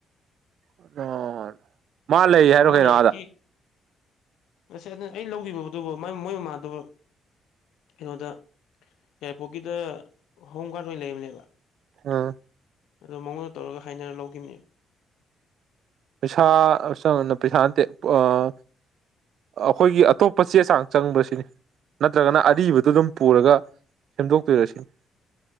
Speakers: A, on the right; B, on the left.
A: <unintelligible> ꯃꯥ ꯂꯩ ꯍꯥꯏꯔꯣ
B: ꯕꯥꯃꯣꯟ
A: ꯀꯩꯅꯣ
B: ꯂꯩꯔꯛꯀꯤ
A: ꯑꯥꯗ
B: ꯑꯩꯅ ꯂꯨꯒꯤꯕꯗꯨꯕꯨ ꯃꯣꯏ ꯃꯃꯥꯗꯨꯕ ꯀꯩꯅꯣꯗ ꯌꯥꯢꯔꯤꯄꯣꯔꯠꯀꯤꯗ ꯍꯣꯝ ꯒꯥꯔꯗ ꯑꯣꯏꯅ ꯂꯩꯕꯅꯦꯕ
A: ꯑ
B: ꯑꯗꯨ ꯃꯉꯣꯟꯗ ꯇꯧꯔ ꯍꯥꯏꯅꯔ ꯂꯧꯒꯤꯕꯅꯦꯕ
A: ꯄꯩꯁꯥ <unintelligible> ꯄꯩꯁꯥ ꯅꯠꯇꯦ ꯑꯥ ꯑꯩꯈꯣꯏꯒꯤ ꯑꯇꯣꯞꯄ ꯆꯦ ꯆꯥꯡ ꯆꯪꯕ꯭ꯔꯥ ꯁꯤꯅꯤ ꯅꯠꯇ꯭ꯔꯒꯅ ꯑꯔꯤꯕꯗꯨꯝ ꯄꯨꯔꯒ ꯁꯦꯝꯗꯣꯛ ꯇꯣꯢꯔꯁꯤꯅꯤ